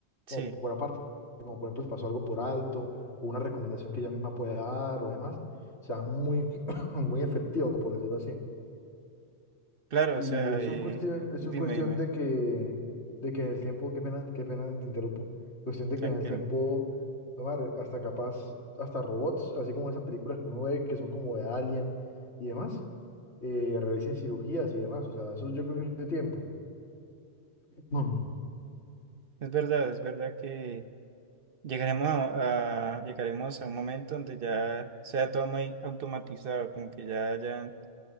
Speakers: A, on the right (about 55°); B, on the left (about 75°).
A: sí,
B: Como por aparte, como por ejemplo, si pasó algo por alto, o una recomendación que ella misma pueda dar o demás, o sea, es muy, <coughs> <clears throat> muy efectivo, por decirlo así.
A: claro,
B: Y
A: o sea,
B: eso
A: eh,
B: es cuestión, eso
A: dime,
B: es cuestión
A: dime,
B: de que, de que en el tiempo, qué pena, qué pena te interrumpo, cuestión de
A: tranquilo.
B: que en el tiempo, tomar hasta capaz, hasta robots, así como esas películas que uno ve que son como de Alien y demás, eh, realicen cirugías y demás, o sea, eso yo creo que es tiempo. Mm.
A: Es verdad, es verdad que... Llegaremos a, a- llegaremos a un momento donde ya sea todo muy automatizado, como que ya hayan,